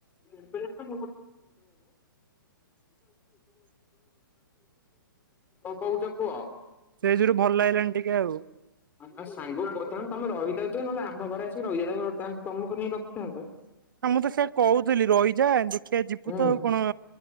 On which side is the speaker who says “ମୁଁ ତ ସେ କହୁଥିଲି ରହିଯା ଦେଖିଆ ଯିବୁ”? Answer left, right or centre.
Right